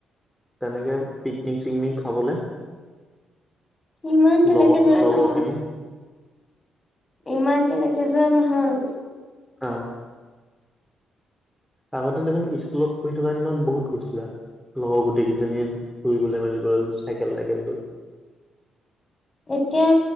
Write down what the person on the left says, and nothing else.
ইমান তেনেকে
যোৱা
নহয় ইমান তেনেকে যোৱা নহয়।
এতিয়া